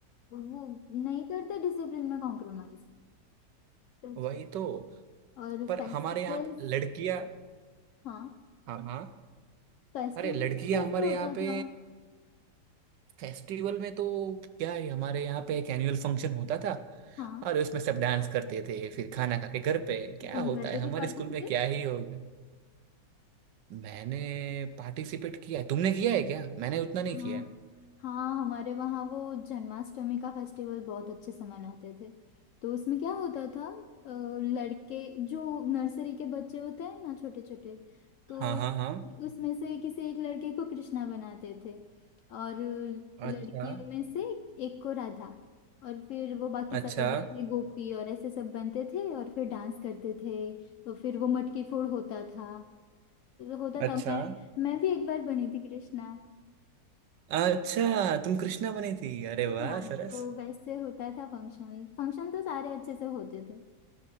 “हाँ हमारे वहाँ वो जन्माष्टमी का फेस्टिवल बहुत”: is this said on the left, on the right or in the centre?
Left